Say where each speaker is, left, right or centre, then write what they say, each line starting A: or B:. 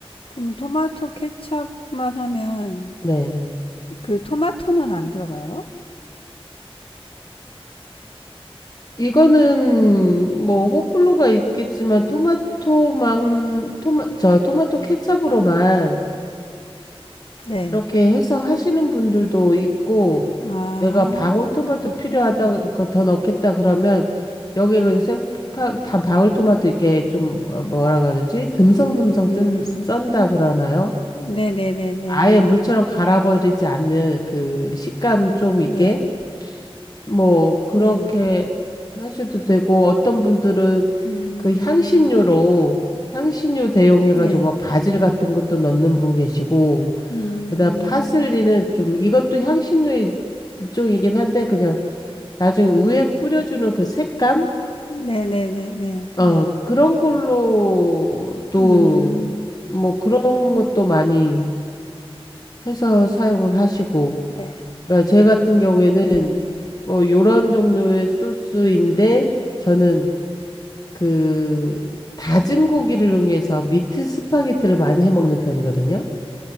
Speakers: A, on the left; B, on the left.
A: 그럼 토마토 케찹만 하면
B: 네.
A: 그 토마토는 안 들어가요?
B: 이거는, 뭐, 호불호가 있겠지만, 토마토만, 토마, 저, 토마토 케첩으로만
A: 네.
B: 이렇게 해서 하시는 분들도 있고
A: 아,
B: 내가 방울토마토
A: 그렇구나.
B: 필요하다 그러니까 더 넣겠다 그러면 여기에 그 생파 다 방울토마토 이렇게 좀 뭐- 뭐라 그러지 듬성듬성
A: 음,
B: 뜬,
A: 음.
B: 썬다 그러나요?
A: 네네네네네네.
B: 아예 물처럼 갈아버리지 않는 그 식감 좀
A: 네.
B: 있게 뭐 그렇게
A: 네.
B: 하셔도 되고 어떤 분들은
A: 네, 네, 네. 네, 네. 음,
B: 그 향신료로 향신료 대용해가지고
A: 네.
B: 뭐 바질 같은 것도 넣는 분 계시고
A: 음,
B: 그다음 파슬리는 좀 이것도 향신료의 일종이긴 한데 그냥 나중에 우에 뿌려주는 그 색감?
A: 네네네네네.
B: 어, 그런 걸로 또
A: 음,
B: 뭐 그런 것도 많이 해서 사용을 하시고
A: 네.
B: 그러니까 제 같은 경우에는
A: 네네.
B: 뭐 요런 종류의 소스인데 저는 그 다진 고기를 이용해서 미트 스파게티를 많이 해 먹는 편이거든요.